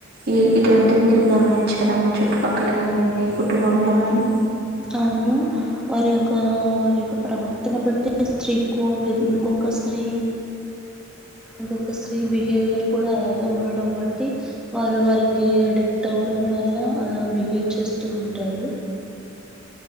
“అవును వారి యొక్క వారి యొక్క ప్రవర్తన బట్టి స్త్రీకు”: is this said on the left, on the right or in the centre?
Centre